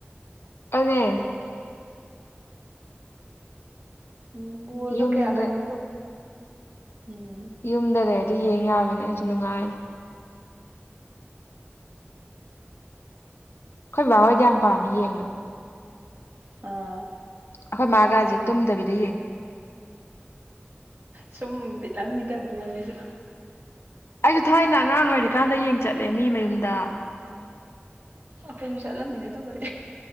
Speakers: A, on the left (about 75°); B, on the right (about 55°).
A: ꯑꯗꯨꯅꯤ
B: ꯎꯝ ꯕꯣꯜꯁꯨ
A: ꯌꯨꯝꯗ
B: ꯀꯌꯥ ꯀꯩꯅꯣ ꯇꯧꯗꯦ ꯎꯝ
A: ꯌꯨꯝꯗ ꯂꯩꯔꯗꯤ ꯌꯦꯡ ꯌꯥꯕꯅꯦ ꯑꯩꯁꯨ ꯅꯨꯡꯉꯥꯏꯅꯦ ꯑꯩꯈꯣꯏ ꯕꯥ ꯍꯣꯏꯗꯤ ꯌꯥꯝ ꯄꯥꯝꯃꯦ ꯌꯦꯡꯕꯅꯦ
B: ꯑ
A: ꯑꯈꯣꯏ ꯃꯥꯒꯁꯦ ꯇꯨꯝꯗꯕꯤꯗ ꯌꯦꯡꯉꯦ
B: ꯁꯨꯝ ꯕꯤꯠ ꯑꯃꯅꯤꯗ ꯕꯣꯜꯁꯤꯁꯨ
A: ꯑꯩꯁꯨ ꯊꯥꯏꯅ ꯑꯉꯥꯡ ꯑꯣꯏꯔꯤꯀꯥꯟꯗ ꯌꯦꯡ ꯆꯠꯂꯦ ꯃꯤ ꯃꯌꯨꯝꯗ
B: ꯑꯈꯣꯏꯖꯨ ꯆꯠꯂꯝꯃꯤꯅꯦ ꯑꯗꯨꯕꯨꯗꯤ